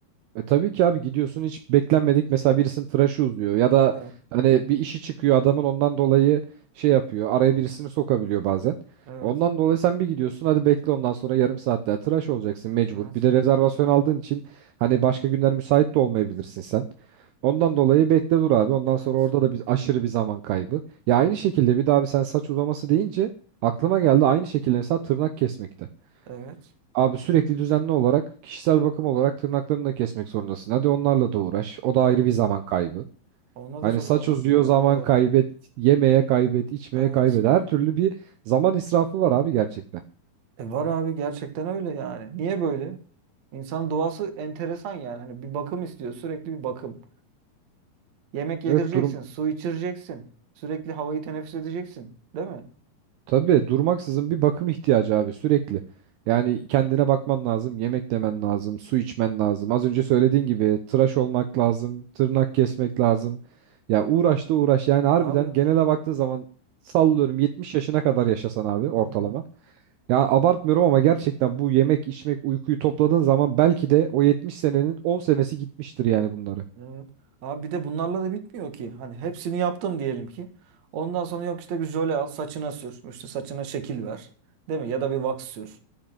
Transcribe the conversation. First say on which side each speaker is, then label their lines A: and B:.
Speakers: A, on the right; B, on the right.
A: E tabii ki abi gidiyorsun hiç beklenmedik mesela birisinin tıraşı uzuyor ya da
B: Evet.
A: hani bir işi çıkıyor adamın ondan dolayı şey yapıyor araya birisini sokabiliyor bazen.
B: Evet.
A: Ondan dolayı sen bir gidiyorsun hadi bekle ondan sonra yarım saat daha tıraş olacaksın mecbur.
B: Evet.
A: Bir de rezervasyon aldığın için hani başka günler müsait de olmayabilirsin sen. Ondan dolayı bekle dur abi ondan
B: Evet.
A: sonra orada da bir aşırı bir zaman kaybı. Ya
B: Aha.
A: aynı şekilde bir daha abi sen saç uzaması deyince aklıma geldi aynı şekilde mesela tırnak kesmekte.
B: Evet.
A: Abi sürekli düzenli olarak kişisel bakım olarak tırnaklarını da kesmek zorundasın. Hadi onlarla da uğraş. O da ayrı
B: Evet.
A: bir zaman kaybı.
B: Ona
A: Hani
B: da çok
A: saç
B: zaman
A: uzuyor
B: gidiyor.
A: zaman
B: Doğru.
A: kaybet, yemeye kaybet, içmeye
B: Evet.
A: kaybet. Her türlü bir zaman israfı var abi gerçekten.
B: E var abi gerçekten öyle yani. Niye böyle? İnsanın doğası enteresan yani. Hani bir bakım istiyor. Sürekli bir bakım. Yemek yedireceksin.
A: Evet durum
B: Su içireceksin. Sürekli havayı teneffüs edeceksin. Değil mi?
A: Tabii durmaksızın bir bakım ihtiyacı abi sürekli. Yani kendine bakman lazım, yemek yemen lazım, su içmen lazım. Az önce söylediğin gibi tıraş olmak lazım, tırnak kesmek lazım. Ya uğraş da uğraş yani harbiden
B: Abi.
A: genele baktığın zaman sallıyorum 70 yaşına kadar yaşasan abi ortalama.
B: Hı hı.
A: Ya
B: Hı
A: abartmıyorum ama gerçekten bu yemek, içmek, uykuyu topladığın zaman belki de o 70 senenin 10 senesi gitmiştir yani bunları.
B: Evet. Abi bir de bunlarla da bitmiyor ki. Hani hepsini yaptım diyelim ki. Ondan sonra yok işte bir jöle al saçına sür. İşte saçına şekil ver. Değil mi? Ya da bir wax sür.